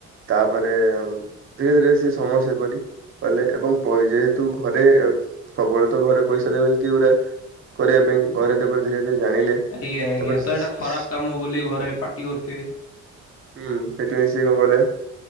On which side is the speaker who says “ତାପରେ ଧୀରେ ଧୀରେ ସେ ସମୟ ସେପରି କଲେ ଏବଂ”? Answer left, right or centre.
Right